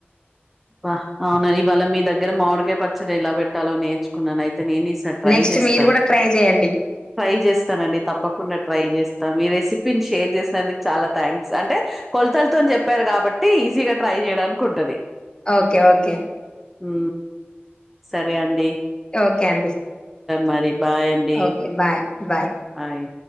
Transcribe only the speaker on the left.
నెక్స్ట్
మీరు కూడా ట్రై చేయండి
ఓకే ఓకే
ఓకే అండి
ఓకే బాయ్ బాయ్